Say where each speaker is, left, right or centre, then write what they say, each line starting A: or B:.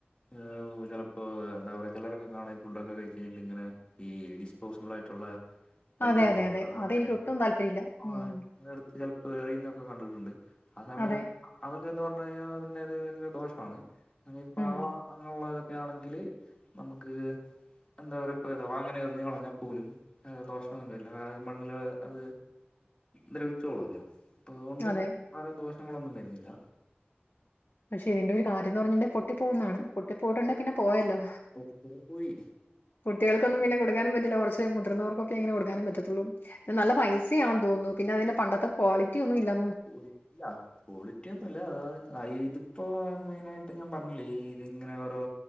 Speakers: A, on the left (about 25°); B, on the left (about 60°).
A: ഏഹ് ചെലപ്പോൾ എന്താ പറയാ ചിലറൊക്കെ കാണ ഈ ഫുഡൊക്കെ കഴിച്ചഴിഞ്ഞിട്ടിങ്ങനെ ഈ ഡിസ്പോസിബിളാആയിട്ടുള്ള ടൈറ്റൊക്കെണ്ടോ
B: അതെ, അതെ, അതെ.
A: അതങ്ങനെ
B: അതെനിക്ക് ഒട്ടും താല്പര്യമില്ല.
A: ആഹ്
B: ഉം.
A: നിർ എറിയുന്നൊക്കെ കണ്ടിട്ടുണ്ട് ആ സമയം
B: അതെ.
A: അതൊക്കെ ന്ന് പറഞ്ഞു കഴിഞ്ഞാൽ പിന്നെ അത് ഭയങ്കര ദോഷമാണ് പാള
B: ഉം.
A: അങ്ങനെയുള്ളതൊക്കെ ആണെങ്കില് നമുക്ക് എന്താ പറയാപഥവാ അങ്ങനെ എറിഞ്ഞ് കളഞ്ഞാ പോലും എഹേ ദോഷൊന്നില്ല മണ്ണിൽ അത് ദ്രവി ച്ചോളല്ലോ അപ്പോ അതോണ്ട്
B: അതെ.
A: വേറെ ദോഷങ്ങളൊന്നും വര്ന്നില്ല
B: അതുശരി പക്ഷെ ഇതിന്റെ ഒരു കാര്യംന്ന് പറഞ്ഞട്ടുെ പൊട്ടി പോകുന്നതാണ് പൊട്ടി പോയിട്ടുണ്ടെ പിന്നെ പോയല്ലോ
A: ഓക്കെ പോയി
B: കുട്ടികൾക്കൊന്നും പിന്നെ കൊടുക്കാനും പറ്റില്ല കൊറച്ച് മുതിർന്നവർക്കൊക്കെ ഇങ്ങനെ കൊടുക്കാനും പറ്റ്- ത്തൊള്ളൂ നല്ല പൈസയാന്ന് തോന്നുന്നു പിന്നെ അതിന്റെ പണ്ടത്തെ ക്വാളിറ്റി ഒന്നും ഇല്ലാ
A: ില്ല <unintelligible> ക്വാളിറ്റി ഒന്നുംല്ലാ അതാ ഇതിപ്പോ മെയിനായിട്ട് ഞാൻ പറഞ്ഞില്ലേ ഈ ഇതിങ്ങനെ ഓരോ